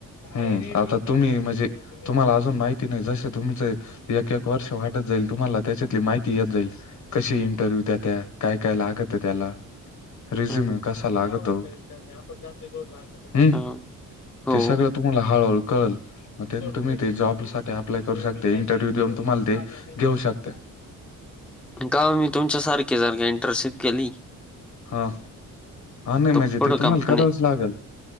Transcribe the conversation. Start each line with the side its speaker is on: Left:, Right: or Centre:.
Left: हम्म. आता तुम्ही म्हणजे, तुम्हाला अजून माहिती नाही. जसे तुमचे एक एक वर्ष वाढत जाईल, तुम्हाला त्याच्यातली माहिती येत जाईल. कशी इंटरव्ह्यू दात्या काय काय लागत त्याला रिझ्यूम
Centre: हं,
Left: कस. लागतो हम्म
Centre: हां, हो.
Left: ते सगळं. तुम्हाला हळहळ कळल. मग ते तुम्ही ते जॉबसाठी अप्लाय करू शकता इंटरव्ह्यू देऊन तुम्हाला ते घेऊ शकत्या.
Centre: का मी तुमच्यासारखे सारखे इंटरशिप केली.
Left: हा हा नाही
Centre: तर
Left: माजे
Centre: पुढं
Left: ते तुम्हाला
Centre: कंपनी
Left: करावच लागेल